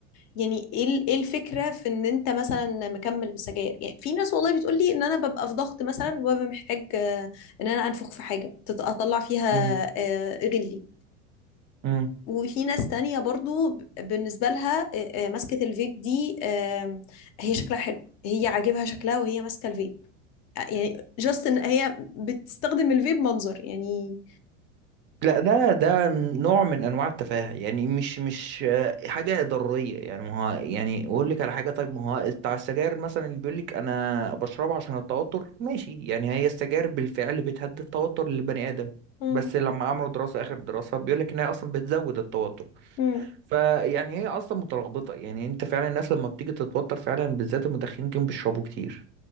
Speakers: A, on the left; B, on the right.
A: يعني ايه ال- إيه الفكره في ان انت مثلا مكمل بالسجاير يعني في ناس والله بتقول لي ان انا ببقى في ضغط مثلا وببقى محتاج آه، ان انا انفخ في حاجه تت- اطلع فيها
B: مم.
A: آه، غلي
B: مم.
A: وفي ناس تانية برضو ب- بالنسبة لها آه، آه، مسكة الفيب دي آم، هي شكلها حلو هي عاجبها شكلها وهي ماسكة الفيب يعني جاست ان هي بتستخدم الفيب منظر يعني
B: لا ده ده نوع من انواع التفاهه يعني مش مش آه، حاجه ضروريه يعني ما هو يعني اقول لك على حاجه طيب ما هو بتاع السجاير مثلا اللي بيقول لك انا بشربها عشان التوتر ماشي يعني هي السجاير بالفعل بتهدي التوتر للبني ادم
A: مم.
B: بس لما عملوا دراسه اخر دراسه بيقول لك ان هي اصلا بتزود التوتر
A: مم.
B: فيعني هي اصلا متلخبطه يعني انت فعلا الناس لما بتيجي تتوتر فعلا بالذات المدخنين كانوا بيشربوا كتير